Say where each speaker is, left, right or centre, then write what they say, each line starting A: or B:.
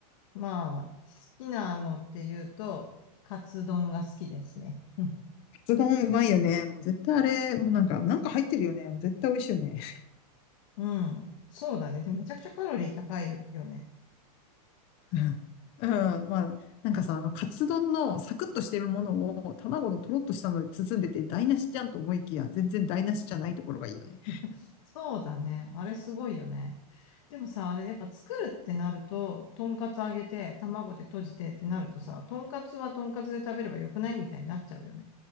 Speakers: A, on the left (about 50°); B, on the left (about 25°).
A: まあ、好きなのっていうと、カツ丼が好きですね。うん。
B: カツ丼うまいよね。もう絶対あれ、もうなんか、なんか入ってるよね。もう絶対美味しいよね。
A: うんそうだね。でもめちゃくちゃカロリー高いよね。
B: うんうん、まあ、なんかさ、あの、カツ丼のサクッとしてるものを卵のとろっとしたので包んでて台無しじゃんと思いきや、全然台無しじゃないところがいいよね。
A: <laughs> そうだね。あれすごいよね。でもさ、あれねやっぱ作るってなると、とんかつ揚げて、卵で閉じてってなるとさ、とんかつはとんかつで食べればよくないみたいになっちゃうよね。